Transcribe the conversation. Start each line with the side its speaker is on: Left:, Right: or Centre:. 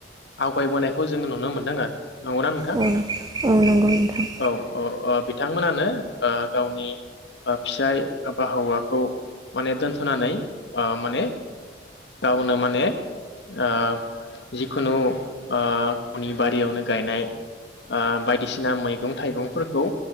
Left: आवगायबोनायखौ जोंङो नुनो मोनदों आरो। नंगौना नोंथां?
Right: औ औ नंगौ नोंथां
Left: औ औ ओबिथांमोनानो ओ गावनि ओ फिसाय एबा हौवा खौ माने दोनथनानै ओ माने गावनो माने ओ जिखुनु ओ गावनि बारियावनो गायनाय ओ बायदिसिना मैगं थाइगंफोरखौ